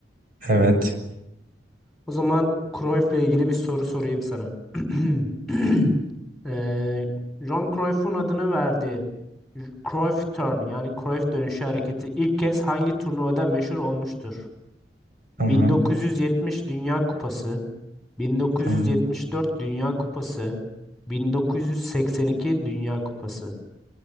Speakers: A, on the right; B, in the centre.
A: Evet.
B: O zaman Cruyff'la ilgili bir soru sorayım sana. <clears throat> Ee, John Cruyff'un adını verdiği Cruyff Turn yani Cruyff dönüşü hareketi ilk kez hangi turnuvada meşhur olmuştur?
A: Tamam.
B: 1970 Dünya Kupası, 1974
A: Tamam.
B: Dünya Kupası, 1982 Dünya Kupası.